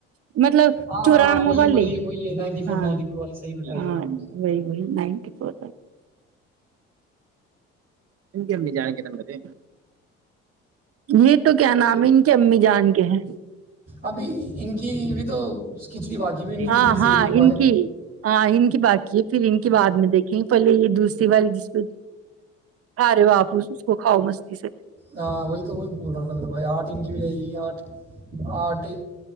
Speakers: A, on the right; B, on the right.
A: مطلب
B: ہاں
A: چوران
B: ہاں ہاں وہی
A: موبائلے
B: وہی وہی نائنٹی فور
A: ہاں
B: نائنٹی فور والی صحیح بتائی
A: ہاں
B: جناب نے
A: وہی وہی تو ان کے امی جان کے ن یہ تو کیا نام ہے ان کے امی جان کے ہیں
B: ابھی ان کی ا بھی تو کھچڑی باقی بھی ان کی
A: ہاں
B: کھچڑی
A: ہاں
B: سے ایک ہی ہوا
A: ان
B: ہے
A: کی ہاں ان کی باقی ہے پھر ان کے بع میں دیکھیں گے پہلے یہ دوسری باری جس پ کھا رہے وا آپس اس کو کھاؤ مستی سے
B: ہاں وہی تو میں بول رہا تھا بھائی آٹھ ان کی ہو جائے گی آٹھ آٹھ